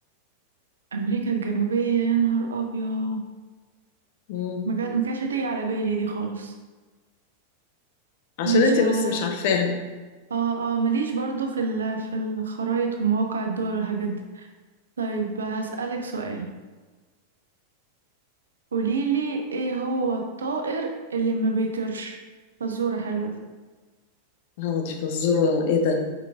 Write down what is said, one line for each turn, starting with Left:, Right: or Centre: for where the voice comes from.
Right: أمريكا الجنوبية يا نهار أبيض
Left: مم.
Right: ما جات- ما كانتش هتيجي على بالي دي خالص
Left: عشان
Right: ماشي
Left: انت
Right: اه
Left: بس مش عارفاها
Right: اه آه، ماليش برضو في ال... في الخرايط ومواقع الدول والحاجات دي طيب هسألك سؤال قوليلي ايه هو الطائر اللي ما بيطيرش فزورة حلوة دي
Left: اه دي فزورة ايه ده